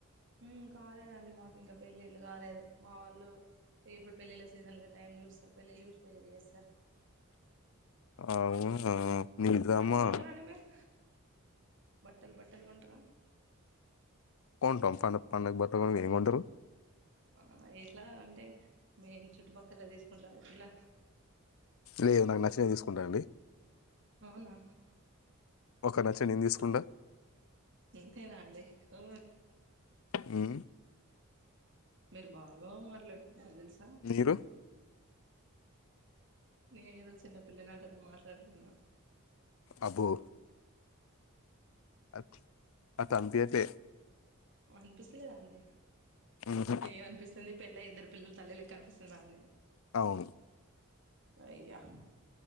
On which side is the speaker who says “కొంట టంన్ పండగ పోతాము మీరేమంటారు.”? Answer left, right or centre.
Left